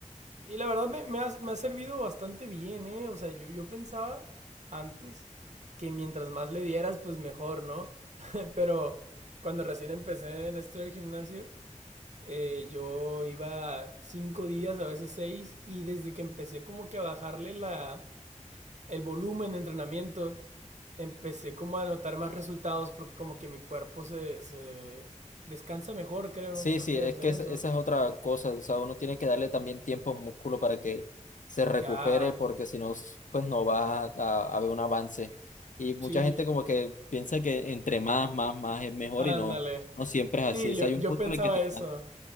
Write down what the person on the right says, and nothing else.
Y la verdad me, me ha, me ha servido bastante bien, ¿eh? O sea, yo, yo pensaba antes que mientras más le dieras, pues mejor, ¿no? <laughs> Pero cuando recién empecé en esto del gimnasio, eh, yo iba cinco días, a veces seis, y desde que empecé como que a bajarle la, el volumen de entrenamiento, empecé como a notar más resultados porque como que mi cuerpo se, se descansa mejor, creo,
creo
que
debe ser
eso.
Ya,
sí,
ándale.
Sí,
yo,
yo
pensaba
eso.